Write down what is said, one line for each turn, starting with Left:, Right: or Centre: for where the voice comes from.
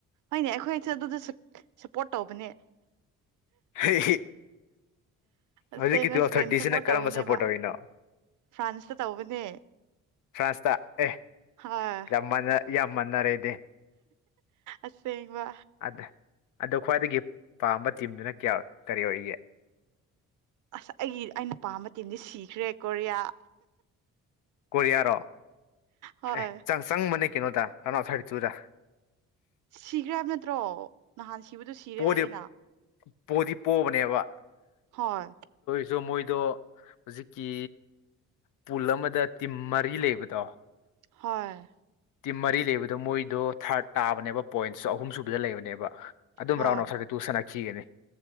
Right: ꯍꯣꯏꯅꯦ ꯑꯩꯈꯣꯏꯁꯨ ꯑꯗꯨꯗ ꯁꯄꯣꯔꯠ ꯇꯧꯕꯅꯦ
Left: ꯍꯩ
Right: ꯑꯁꯦꯡꯕ
Left: ꯍꯧꯖꯤꯛꯀꯤ ꯇꯨꯋꯦꯜꯚ
Right: ꯏꯁꯄꯦꯟ
Left: ꯊꯥꯔꯇꯤꯁꯤꯅ
Right: ꯁꯞꯄꯣꯔꯠ
Left: ꯀꯔꯝꯕ
Right: ꯇꯧꯕꯅꯦꯕ
Left: ꯁꯞꯄꯣꯔꯠ ꯇꯧꯔꯤꯅꯣ
Right: ꯐ꯭ꯔꯥꯟꯁꯇ ꯇꯧꯕꯅꯦ
Left: ꯐ꯭ꯔꯥꯟꯁꯇ ꯑꯦ
Right: ꯍꯣꯏ
Left: ꯌꯥꯝ ꯃꯅ ꯌꯥꯝ ꯃꯟꯅꯔꯦꯅꯦ
Right: ꯑꯁꯦꯡꯕ
Left: ꯈꯪꯗꯦ ꯑꯗꯣ ꯈ꯭ꯋꯥꯏꯗꯒꯤ ꯄꯥꯝꯕ ꯇꯤꯝꯗꯨꯅ ꯀꯌꯥ ꯀꯔꯤ ꯑꯣꯏꯒꯦ
Right: ꯑꯁ ꯑꯩꯒꯤ ꯑꯩꯅ ꯄꯥꯝꯕ ꯃꯇ ꯃꯇꯝꯗꯤ ꯁꯤꯈ꯭ꯔꯦ ꯀꯣꯔꯤꯌꯥ
Left: ꯀꯣꯔꯤꯌꯥꯔꯣ
Right: ꯍꯣꯏ
Left: ꯑꯦ ꯆꯪ ꯆꯪꯕꯅꯦ ꯀꯩꯅꯣꯗ ꯑꯔꯥꯎꯟ ꯊꯥꯔꯇ ꯇꯨꯗ
Right: ꯁꯤꯈ꯭ꯔꯦ ꯍꯥꯏꯕ ꯅꯠꯇ꯭ꯔꯣ ꯅꯍꯥꯟ ꯁꯤꯕꯗꯣ ꯁꯤꯔꯦ
Left: ꯄꯣꯗꯤ
Right: ꯍꯥꯏꯌꯦꯅ
Left: ꯄꯣꯗꯤ ꯄꯣꯕꯅꯦꯕ
Right: ꯍꯣꯏ
Left: ꯁꯣ ꯃꯣꯏꯗꯣ ꯍꯧꯖꯤꯛꯀꯤ ꯄꯨꯜ ꯑꯃꯗ ꯇꯤꯝ ꯃꯔꯤ ꯂꯩꯕꯗꯣ
Right: ꯍꯣꯏ
Left: ꯇꯤꯝ ꯃꯔꯤ ꯂꯩꯕꯗꯣ ꯃꯣꯏꯗꯣ ꯊꯥꯔꯠ ꯇꯥꯕꯅꯦꯕ ꯄꯣꯏꯟꯁ ꯑꯍꯨꯝ ꯁꯨꯕꯗ ꯂꯩꯕꯅꯦꯕ ꯑꯗꯨꯝ
Right: ꯍꯣꯏ
Left: ꯔꯥꯎꯟ ꯑꯥꯎꯠꯁꯥꯏꯗꯠꯇ ꯇꯨ ꯁꯥꯟꯅꯈꯤꯒꯅꯤ